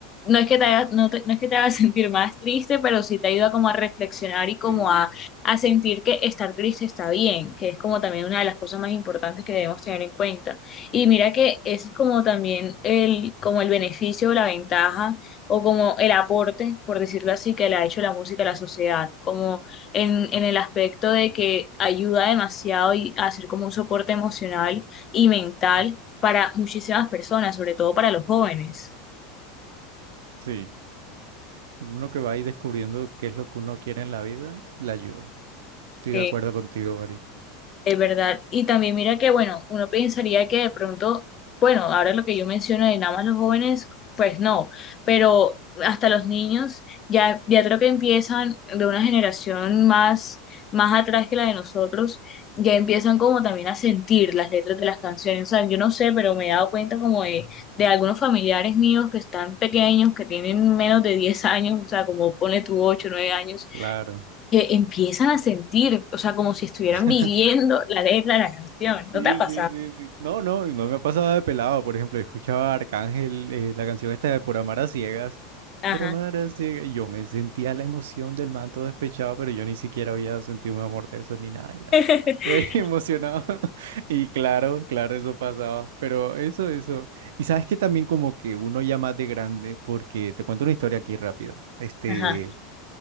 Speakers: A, on the left; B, on the right.
A: no es que te haga, no te- no es que te haga <laughs> sentir más triste, pero sí te ayuda como a reflexionar y como
B: Sí, sí.
A: a, a sentir que estar triste está bien, que es como también una de las cosas más importantes que debemos tener en cuenta. Y mira que ese es como también el, como el beneficio, la ventaja o como el aporte, por decirlo así, que le ha hecho la música a la sociedad, como en, en el aspecto de que ayuda demasiado y a ser como un soporte emocional y mental para muchísimas personas, sobre todo para los jóvenes.
B: sí. Uno que va ahí descubriendo qué es lo que uno quiere en la vida, la ayuda. Estoy
A: Sí.
B: de acuerdo contigo, Mari.
A: Es verdad. Y también mira que, bueno, uno pensaría que de pronto, bueno, ahora lo que yo menciono de nada más los jóvenes, pues no, pero hasta los niños ya, ya creo que empiezan de una generación más, más atrás que la de nosotros, ya empiezan como también a sentir las letras de las canciones. O sea, yo no sé, pero me he dado cuenta como de, de algunos familiares míos que están pequeños, que tienen menos de 10 años, o sea, como pone tu 8 9 años
B: Claro.
A: que empiezan a sentir, o sea, como si estuvieran
B: <laughs>
A: viviendo la letra de la canción.
B: Sí,
A: ¿No te ha pasado?
B: sí, sí, sí. No, no, y no me ha pasado de pelado. Por ejemplo, escuchaba a Arcángel, eh, la canción esta de Por amar a ciegas.
A: Ajá.
B: Por amar a ciegas. Y yo me sentía la emoción del man todo despechado, pero yo ni siquiera había sentido un amor de esos ni nada. Ya,
A: <laughs>
B: ya ahí <laughs> emocionado. <laughs> Y claro, claro, eso pasaba. Pero eso, eso. Y sabes que también como que uno ya más de grande, porque te cuento una historia aquí rápida. Este.
A: Ajá,